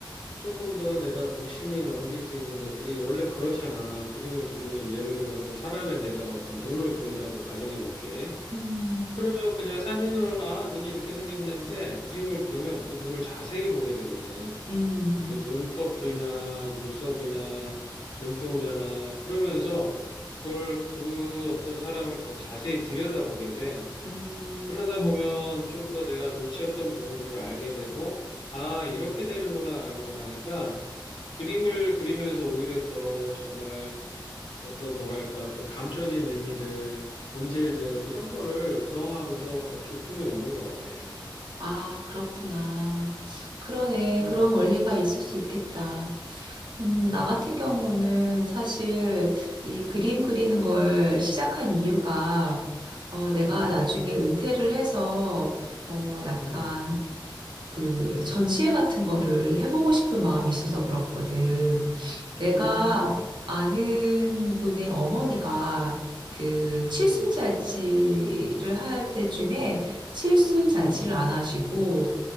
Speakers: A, on the left; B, on the right.
A: 조금 더 내가 무심히 넘길 수 있는 것들이 원래 그렇잖아. 그림을 그리면 예를 들어서 사람의 내가 어떤 눈을 그린다고 가정해 볼게.
B: 음,
A: 그러면 그냥 사진으로는 아, 눈이 이렇게 생겼는데 그림을 그리면 그 눈을 자세히 보게 되거든.
B: 음,
A: 그 눈꺼풀이나 눈썹이나 눈동자나 그러면서 그걸 그 어떤 사람을 더 자세히 들여다보게 돼.
B: 음.
A: 그러다 보면 좀 더 내가 놓쳤던 부분들을 알게 되고 아, 이렇게 되는구나라는 걸 하니까 그림을 그리면서 오히려 더 정말 어떤 뭐랄까 그 감춰진 의미들, 본질들 이런 거를 경험하면서 더 기쁨이 오는 것 같아.
B: 아, 그렇구나. 그러네.
A: 음,
B: 그런 원리가 있을 수 있겠다. 음,
A: 음,
B: 나 같은 경우는 사실 이 그림 그리는 걸 시작한 이유가 어, 내가
A: 음,
B: 나중에 은퇴를 해서 어, 약간
A: 음,
B: 그 전시회 같은 거를 해보고 싶은 마음이 있어서 그렇거든. 내가
A: 음,
B: 아는 분의 어머니가 그 칠순잔치를
A: 음,
B: 할 때쯤에 칠순잔치를
A: 음,
B: 안
A: 음,
B: 하시고